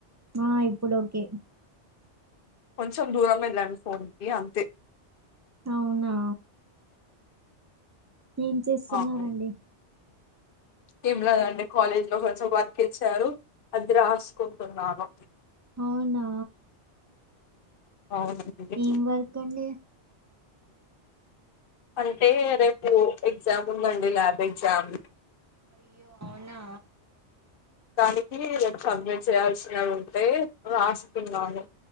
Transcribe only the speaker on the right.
ఆ ఇప్పుడు ఓకే
అవునా ఏం చేస్తున్నారండి
అవునా
ఏం వర్క్ ఉండ
అయ్యో అవునా